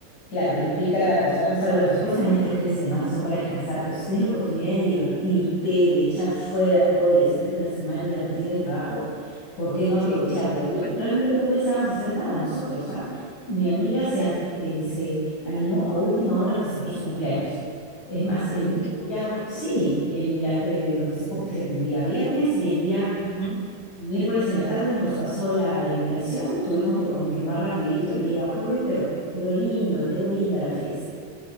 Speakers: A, on the left (about 60°); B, on the left (about 80°).
A: claro, implica acostarnos al... Bueno, supuestamente los fines de semana son para descansar, pero si tienes la oportunidad de divertirte, de echar fuera todo el estrés de la semana y la rutina de trabajo, ¿por qué no aprovecharlo?
B: Sí, tal
A: Yo-
B: cual.
A: realmente no pensábamos hacer nada nosotros, ¿ah? Mi amiga se, a- eh, se animó a última hora a festejar su cumpleaños. Es más, el
B: Bien.
A: día, sí, el, la- eh, lo festejó pues el día viernes y el día
B: Ujú.
A: Miércoles en la tarde nos pasó la, la invitación, tuvimos que confirmar rapidito el día jueves, pero quedó lindo, quedó linda la fiesta.